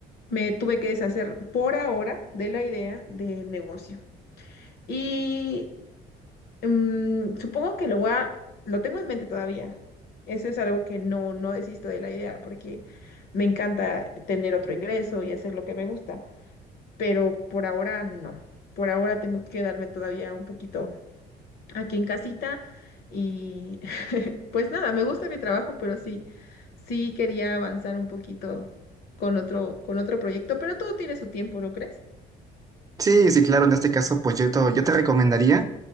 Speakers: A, on the left (about 70°); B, on the right (about 20°).
A: Me tuve que deshacer por ahora de la idea del negocio. Y Mm, supongo que lo voy a, lo tengo en mente todavía. Eso es algo que no, no desisto de la idea porque me encanta tener otro ingreso y hacer lo que me gusta, pero por ahora no. Por ahora tengo que quedarme todavía un poquito aquí en casita y <laughs> pues nada, me gusta mi trabajo, pero sí, sí quería avanzar un poquito con otro, con otro proyecto, pero todo tiene su tiempo, ¿no crees?
B: Sí, sí, claro, en este caso, pues yo, to- yo te recomendaría